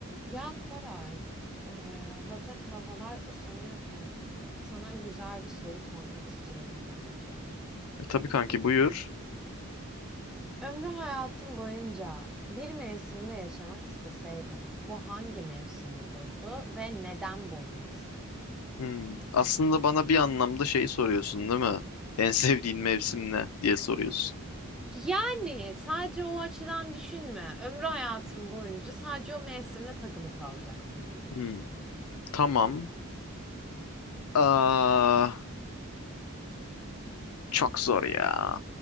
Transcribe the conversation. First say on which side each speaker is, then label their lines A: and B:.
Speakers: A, in the centre; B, on the left.
A: Ya Koray, eee, hazır havalar ısınıyorken sana güzel bir soru sormak istiyorum kanki.
B: E, tabii kanki buyur.
A: Ömrü hayatın boyunca bir mevsimde yaşamak isteseydin, bu hangi mevsim olurdu ve neden bu mevsim?
B: Hmm. Aslında bana bir anlamda şeyi soruyorsun değil mi? En <laughs> sevdiğin mevsim ne diye soruyorsun.
A: Yani sadece o açıdan düşünme. Ömrü hayatın boyunca sadece o mevsimle takılı kalacaksın gibi
B: Hmm.
A: düşün.
B: Tamam. Aa, çok zor ya.